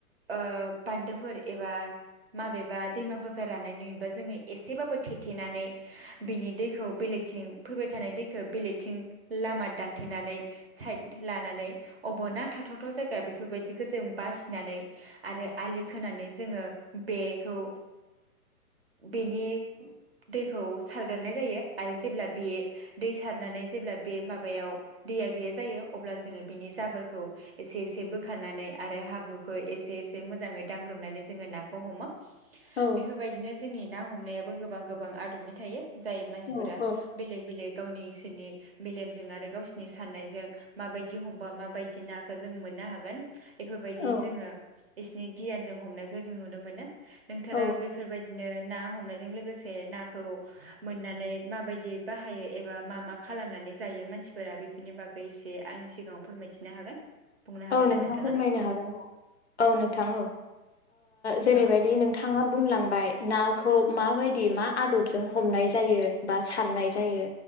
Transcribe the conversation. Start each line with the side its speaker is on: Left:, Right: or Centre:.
Right: ओ- बान्दोफोर एबा माबेबा दैमाफा फोरानानै बा जोङो एसेबाबो थेथेनानै बिनि दैखौ बेलेगथिं फैबाय थानाय दैखौ बेलेगथिं लामा दानथेनानै साइड लानानै अबाव ना थाथावथाव जायगा बेफोरबायदिखौ जों बासिनानै आरो आलि खोनानै जोङो बेखौ बेनि दैखौ सारगारनाय जायो आरो जेब्ला बे दै सारनानै जेब्ला बे मा बायाव दैया गैया जायो अब्ला जोङो बिनि जाबोरखौ एसे एसे बोखारनानै आरो हाब्रुखौ एसे एसे मोजाङै दांग्रोमनानै जोङो नाखौ हमो।
Left: औ
Right: बेफोरबायदिनो जोंनि ना ह मनायाबो गोबां गोबां आदबनि थायो। जाय मानसिफोरा
Left: औ
Right: बेलेग बेलेग गावनि इसोरनि मेलेमजों आरो गावसिनि सान्नायजों माबायदि हमबा माबायदि नाखौ जों मोननो हागोन बेफोरबायदि
Left: औ
Right: जोङो इसे एनै गियान जों हमनायखौ जों नुनो मोनो। नोंथारा
Left: औ
Right: बि दिनो ना हमनायजों लोगोसे नाखौ मोननानै माबायदि बाहायो एबा मा मा खालामनानै जायो मानसिफोरा बेफोरनि बागै एसे आंनि सिगाङाव फोरमायथिनो हागोन? बुंनो हागोन
Left: औ नोंथां
Right: ना नोंथाङा
Left: फोरमायनो हागोन। औ औ नोंथां ओ जेरैबायदि
Right: औ
Left: नोंथाङा बुं लांबाय नाखौ माबायदि मा आदबजों हमनाय जायो बा सारनाय जायो
Right: औ